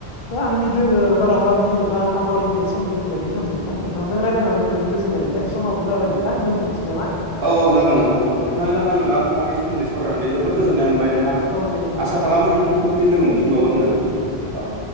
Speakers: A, on the left (about 45°); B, on the right (about 65°).
A: ब आंनि दो बारहावानि एबा आबहावा गेब्रेंनायनि बुंनायनि सोमोन्दै बुंनाय बेखिनिसै नोंथां नों नोंथांजों रायलायनानै जबोद गोज्नाय ओमफ्राय समाबो जाबाय नोंथां दोनथ'सै नामा
B: औ जागोन नोंथां
A: औ
B: नोंथांजों
A: दे होमबा
B: आङो आबहावानि सोमोन्दै सावरायनानै जोबोद गोजोननाय मोनबाय नोंथां
A: औ दे नोंथां
B: आसा खालामो नोंथांखौ फिन लोगो मोनफिनबावगोन
A: औ नोंथां
B: होननानै
A: दे
B: औ